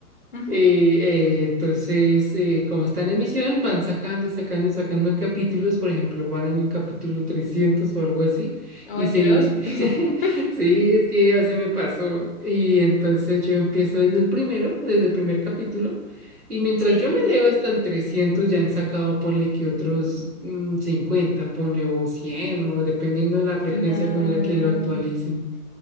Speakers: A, on the left; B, on the right.
A: Ujú.
B: Eh, eh, entonces, eh, como está en emisión, van sacando y sacando y sacando capítulos, por ejemplo, van en el capítulo 300 o algo así,
A: Oh,
B: y sí,
A: Dios. <laughs>
B: <laughs> sí, es que así me pasó, y entonces yo empiezo desde el primero, desde el primer capítulo, y mientras
A: Sí,
B: yo me leo hasta el 300, ya han sacado, ponle que otros mm, 50, ponle o 100, o dependiendo de la frecuencia
A: claro.
B: con la que lo actualicen.